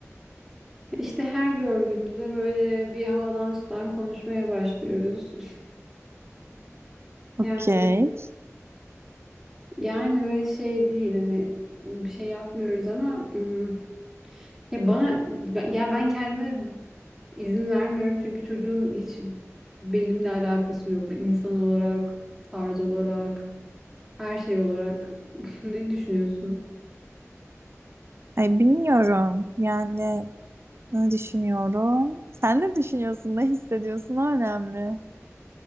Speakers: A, in the centre; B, on the right (about 50°).
A: <laughs> İşte her gördüğümüzde böyle bir havadan sudan konuşmaya başlıyoruz. <laughs>
B: Okey.
A: Yani, yani böyle şey değil hani bir şey yapmıyoruz ama ım, ya bana ben- ya ben kendime izin vermiyorum çünkü çocuğun hiç benimle alakası yok. İnsan olarak, tarz olarak, her şey olarak. <laughs> Ne düşünüyorsun?
B: Ay bilmiyorum. Yani ne düşünüyorum? Sen ne düşünüyorsun, ne hissediyorsun? O önemli.